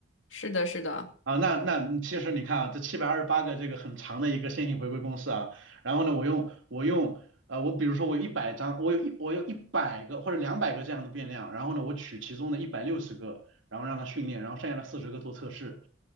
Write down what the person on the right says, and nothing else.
啊，那那嗯其实你看啊，这七百二十八个这个很长的一个线性回归公式啊，然后呢，我用我用呃，我比如说我有一百张，我有一我有一百个或者两百个这样的变量，然后呢，我取其中的一百六十个，然后让它训练，然后剩下的四十个做测试，